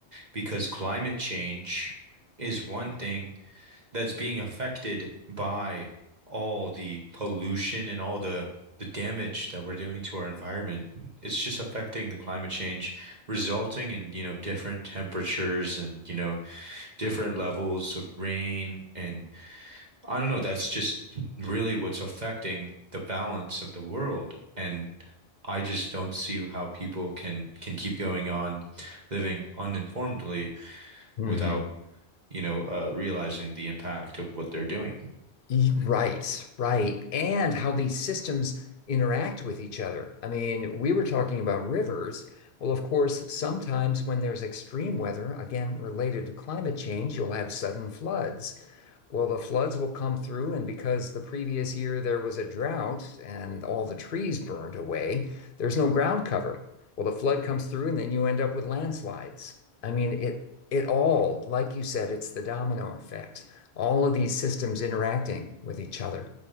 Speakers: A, on the right (about 40°); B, on the left (about 55°).
A: because climate change is one thing. that's being affected by all the pollution and all the the damage that we're doing to our environment. It's just affecting the climate change, resulting in, you know, different temperatures and, you know, different levels of rain. And I don't know, that's just really what's affecting the balance of the world. And I just don't see how people can can keep going on living uninformedly
B: mhm.
A: without, you know, uh, realizing the impact of what they're doing.
B: E- right, right. And how these systems interact with each other. I mean, we were talking about rivers. Well, of course, sometimes when there's extreme weather, again related to climate change, you'll have sudden floods. Well, the floods will come through, and because the previous year there was a drought and all the trees burned away, there's no ground cover. Well, the flood comes through, and then you end up with landslides. I mean, it it all, like you said, it's the domino effect. All of these systems interacting with each other,